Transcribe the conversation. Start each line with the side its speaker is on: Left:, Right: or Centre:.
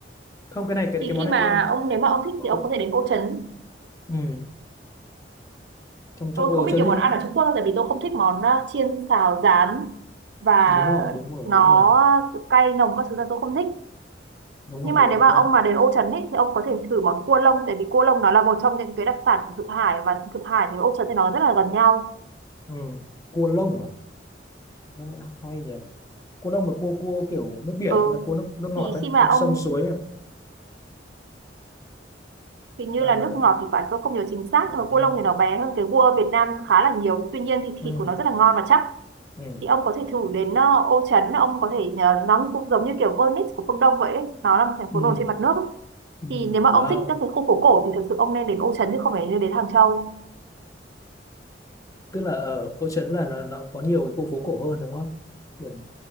Left: không cái này cái
Right: thì
Left: cái món
Right: khi
Left: này
Right: mà
Left: tôi ăn
Right: ông nếu mà ông thích
Left: không
Right: thì ông có thể đến Ô Trấn
Left: ừ trong trong
Right: tôi
Left: ồ
Right: không biết
Left: chân
Right: nhiều
Left: đi
Right: món ăn ở Trung Quốc đâu, tại vì tôi không thích món ờ, chiên xào rán và
Left: đúng rồi đúng rồi
Right: nó
Left: đúng rồi
Right: cay nồng các thứ là tôi không thích
Left: đúng
Right: nhưng
Left: rồi đồ
Right: mà nếu mà
Left: luôn
Right: ông mà đến Ô Trấn ấy, thì ông có thể thử món cua lông tại vì cua lông nó là một trong những cái đặc sản của Thượng Hải và Thượng Hải thì Ô Trấn thì nó rất là gần nhau
Left: ừ. cua lông à Nó hay nhỉ cua lông là cua cua kiểu nước biển
Right: ừ
Left: hay là cua nước nước ngọt
Right: thì
Left: đấy
Right: khi mà
Left: Con
Right: ông
Left: sông suối à
Right: hình như
Left: bà
Right: là
Left: bà,
Right: nước ngọt thì phải tôi không nhớ chính xác
Left: bà
Right: nhưng mà cua lông thì
Left: thế-
Right: nó bé hơn cái cua Việt Nam khá là nhiều tuy nhiên thì
Left: ừ.
Right: thịt của nó rất là ngon và chắc
Left: Ừ.
Right: thì ông có thể thử đến ờ, Ô Trấn ông có thể ờ, nó cũng giống như kiểu Venice của phương Đông vậy ấy. nó là một thành
Left: Ừ.
Right: phố nổi trên mặt nước ấy.
Left: Ừ.
Right: thì nếu mà
Left: wow
Right: ông thích các cái khu phố cổ thì thực sự ông nên đến Ô Trấn chứ không phải nên đến Hàng Châu
Left: tức là ở phố Trấn là nó, nó có nhiều cái khu phố cổ hơn đúng không kiểu